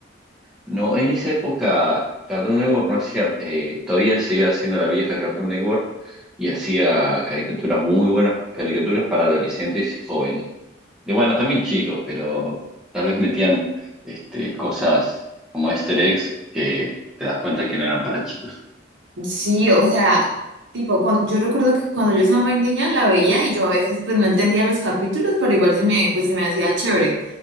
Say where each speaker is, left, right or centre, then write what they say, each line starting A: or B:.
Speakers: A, in the centre; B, on the right.
A: No, en esa época Cartoon Network no hacía, eh, todavía seguía haciendo la vieja Cartoon Network y hacía caricaturas muy buenas, caricaturas para adolescentes y jóvenes. De bueno, también chicos, pero tal vez metían este, cosas como Easter eggs que te das cuenta que no eran para chicos.
B: Sí, o sea, tipo, cuan- yo recuerdo que cuando yo estaba más niña la veía y yo a veces pues no entendía los capítulos, pero igual se me, pues, se me hacía chévere.